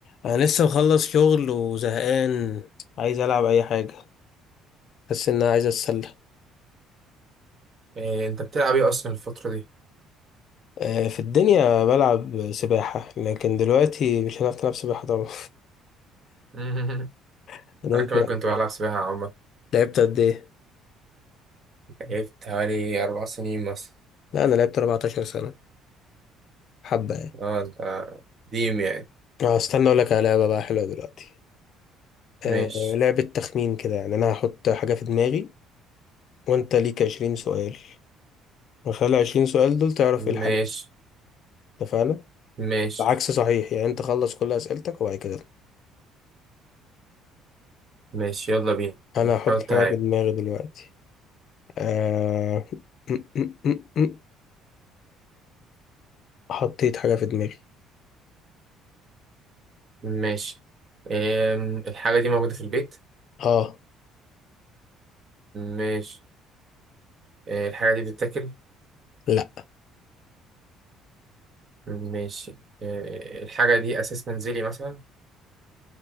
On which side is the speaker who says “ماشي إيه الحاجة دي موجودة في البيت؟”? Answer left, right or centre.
Right